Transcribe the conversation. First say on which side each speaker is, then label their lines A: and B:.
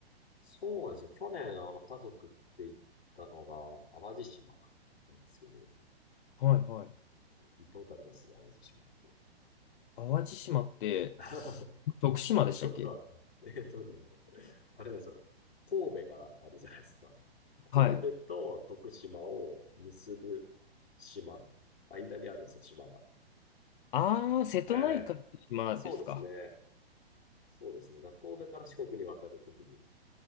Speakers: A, on the left (about 80°); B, on the left (about 55°).
A: そうですね。去年、あの、家族って行ったのが、淡路島なんですけど、
B: はいはい。
A: 行ったことあります淡路島って。
B: 淡路島って、
A: <laughs>
B: 徳島でしたっけ
A: どこが、えっとね、あれなんですよ。神戸があるじゃないですか。神戸と徳島を結ぶ島間にあるんですよ、
B: はい。
A: 島が。
B: あー、瀬戸内海の島ですか。
A: はい。そうですね。そうですね。だから神戸から四国に渡るときに、